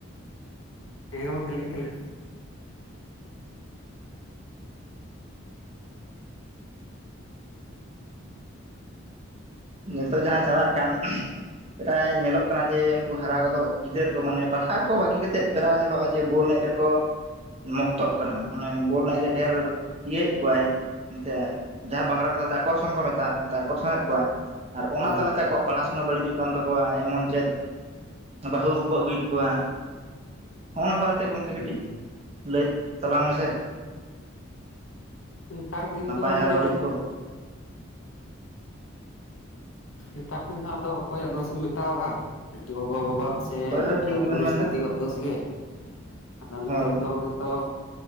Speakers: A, on the left; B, on the right.
A: ᱦᱮᱸ ᱜᱚᱢᱠᱮ ᱞᱟᱹᱭ ᱛᱟᱞᱟᱝ
B: ᱱᱤᱛᱚᱜ ᱡᱟᱦᱟᱸ ᱪᱟᱞᱟᱜ ᱠᱟᱱ ᱩᱦᱸᱼᱼ ᱯᱮᱨᱟᱭ ᱧᱮᱞᱚᱜ ᱠᱟᱱᱟ ᱡᱮ ᱩᱱᱠᱩ ᱦᱟᱨᱟ ᱜᱚᱫᱚᱜ ᱜᱤᱫᱟᱹᱨ ᱠᱚ ᱢᱟᱱᱮ ᱯᱟᱲᱦᱟᱣ ᱠᱚ ᱵᱟᱹᱜᱤ ᱠᱟᱛᱮᱫ ᱯᱮᱨᱟᱭ ᱧᱮᱞᱚᱜᱼᱟ ᱡᱮ ᱵᱚᱞ ᱮᱡ ᱨᱮᱠᱚ ᱢᱚᱠᱛᱚᱜ ᱠᱟᱱᱟ ᱢᱟᱱᱮ ᱵᱚᱞ ᱮᱱᱮᱡᱨᱮ ᱰᱷᱮᱨ ᱤᱭᱟᱹᱭᱮᱫ ᱠᱚᱣᱟᱭ, ᱱᱛᱮ ᱡᱟᱦᱟᱸ ᱵᱟᱝᱨᱟ ᱠᱟᱛᱷᱟ ᱛᱮ ᱟᱠᱚᱨᱥᱚᱱ ᱠᱚ ᱢᱮᱛᱟᱜ ᱚᱱᱛᱮ ᱟᱠᱚᱨᱥᱚᱱᱮᱫ ᱠᱚᱣᱟᱭ, ᱟᱨ ᱚᱱᱟ
A: ᱢᱮ᱾
B: ᱛᱟᱞᱟᱛᱮ
A: ᱦᱩᱸ
B: ᱟᱠᱚ ᱯᱟᱲᱟ ᱥᱩᱱᱟ ᱵᱟᱹᱲᱤᱡᱚᱜ ᱠᱟᱱ ᱛᱟᱠᱚᱣᱟ ᱮᱢᱚᱱ ᱪᱮᱫ ᱵᱟᱦᱩ ᱦᱚᱸᱠᱩ ᱠᱚ ᱵᱟᱦᱩᱭᱮᱫ ᱠᱚᱣᱟ ᱦᱚᱸᱜᱼ ᱱᱟ ᱵᱟᱨᱮ ᱛᱮ ᱜᱚᱢᱠᱮ
A: ᱦᱩᱸ
B: ᱠᱟᱹᱴᱤᱡ ᱞᱟᱹᱭ ᱛᱟᱞᱟᱝ ᱢᱮᱥᱮ
A: ᱱᱮᱛᱟᱨ ᱫᱤᱱ
B: ᱱᱟᱯᱟᱭ
A: ᱫᱚ ᱚᱱᱮ
B: ᱟᱨ ᱵᱟᱹᱲᱤᱡ ᱠᱚ᱾
A: ᱮᱛᱟᱨ ᱫᱤᱱ ᱦᱚᱸ ᱟᱫᱚ ᱚᱠᱚᱭᱟᱜ ᱫᱳᱥ ᱮᱢ ᱢᱮᱛᱟᱣᱟᱜᱼᱟ ᱜᱚᱜᱚ ᱵᱟᱵᱟᱣᱟᱜ ᱥᱮ ᱥᱮ
B: ᱦᱳᱭ ᱦᱳᱭ
A: ᱱᱚᱝᱠᱟ
B: ᱴᱷᱤᱠ ᱜᱮᱵᱮᱱ
A: ᱯᱚᱨᱤᱥᱛᱤᱛᱤᱣᱟᱜ
B: ᱢᱮᱱᱫᱟ
A: ᱫᱳᱥ ᱜᱮ? ᱟᱫᱚ ᱱᱤᱛᱚᱜ
B: ᱦᱳᱭ
A: ᱫᱚ ᱱᱚᱝᱠᱟ